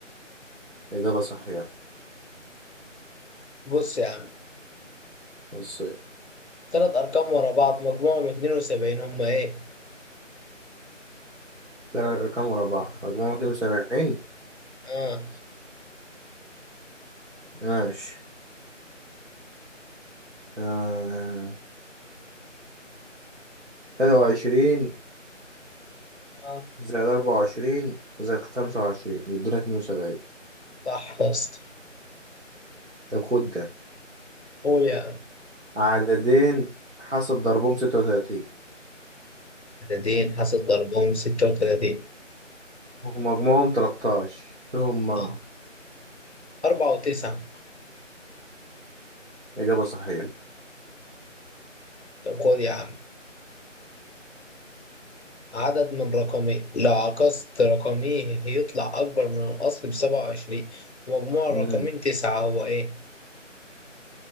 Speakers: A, on the right (about 65°); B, on the left (about 60°).
A: الإجابة صحيحة
B: بص يا عم
A: نصين
B: ثلاث ارقام ورا بعض مجموعهم 72 هم ايه
A: تلات أرقام ورا بعض مجموعهم اتنين وسبعين
B: اه
A: ماشي آه. تلاتة وعشرين
B: اه
A: زائد أربعة وعشرين زائد خمسة وعشرين بيدونا اتنين وسبعين
B: صح يا اسطى
A: طب خد ده
B: قول يا عم
A: عددين حاصل ضربهم ستة وتلاتين
B: عددين حاسس ضربهم 36
A: ومجموعهم تلاتاش إيه هما
B: اه أربعة وتسعة
A: إجابة صحيحة
B: طب خد يا عم عدد من رقمين لو عكست رقميه يطلع أكبر من الأصل بسبعة وعشرين مجموع الرقمين
A: مم.
B: تسعة هو إيه؟